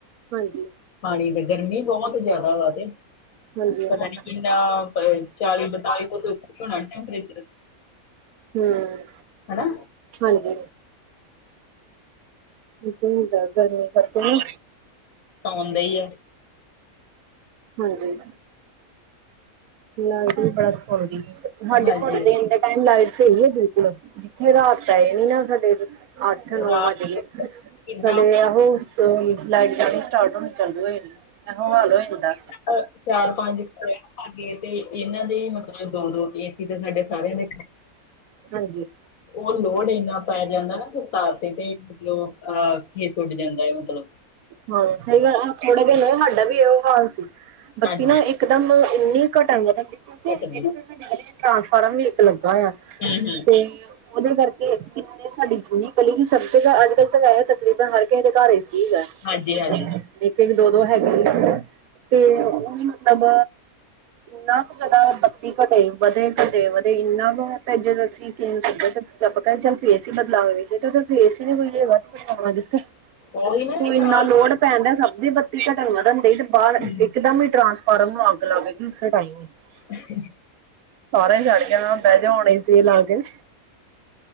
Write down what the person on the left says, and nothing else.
ਪਾਣੀ ਤਾਂ ਗਰਮੀ ਬਹੁਤ ਜ਼ਿਆਦਾ ਵਾ ਤੇ।
ਪਤਾ
ਨੀ ਕਿੰਨਾ ਚਾਲੀ ਬਤਾਲੀ ਕ ਹੋਣਾ ਟੈਂਪਰੇਚਰ।
ਹਨਾ।
<inaudible> ਦੇ ਹੀ ਹੈ
ਹਾਂਜੀ
ਰਾਤ
ਕਿੰਨਾ
ਚਾਰ ਪੰਜ ਘਰ ਭਾਗੇ ਤੇ ਇਹਨਾਂ ਦੇ ਮਤਲਬ ਦੋ ਦੋ ਏ ਸੀ ਤੇ ਸਾਡੇ। ਸਾਰਿਆਂ ਦੇ
ਉਹ ਲੋੜ ਇੰਨਾ ਪੈ ਜਾਂਦਾ ਤਾਰ ਤੇ ਤੇ। ਲੋ ਆਪਾਂ ਫੇਸ ਉੱਡ ਜਾਂਦਾ ਹੈ ਮਤਲਬ।
ਹਾਂਜੀ
ਕੱਟ ਜੀ
ਹੂੰ ਹੂੰ
ਹਾਂਜੀ ਹਾਂਜੀ
ਉਹੀ ਨਾ
ਤਾਰ
ਹੂੰ।
ਆਂ <unintelligible>